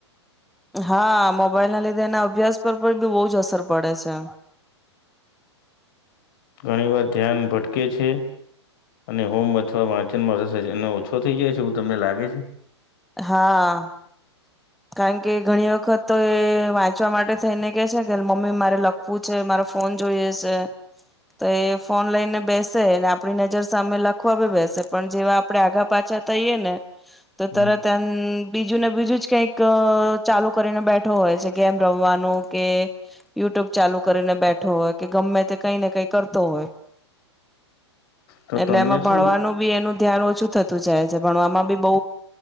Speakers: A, in the centre; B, on the left.
A: હા મોબાઈલના લીધે એના અભ્યાસ પર પણ બી બહુ જ અસર પડે છે.
B: ઘણી વાર ધ્યાન ભટકે છે, અને હોમ અથવા વાંચનમાં રસે અને ઓછો થઈ જાય છે એવું તમને લાગે છે?
A: હા. કારણ કે ઘણી વખત તો એ વાંચવા માટે થઈને કે છે કે મમ્મી મારે લખવું છે મારો ફોન જોઈએ છે, તો એ ફોન લઈને બેસે ને આપણી નજર સામે લખવા ભી બેસે પણ જેવા આપડણે આગા પાછા થઈએ ને, તો
B: હમ
A: તરત એ બીજું ને બીજું જ કંઈક ચાલુ કરીને બેઠો હોય છે ગેમ રમવાનું કે, યુટ્યુબ ચાલુ કરીને બેઠો હોય કે ગમે તે કઈ ને કઈ કરતો હોય.
B: તો
A: એટલે
B: તમને
A: એમાં ભણવાનું
B: શું
A: બી એનું ધ્યાન ઓછું થતું. સ્કુલ જાય છે ભણવામાં બી બહુ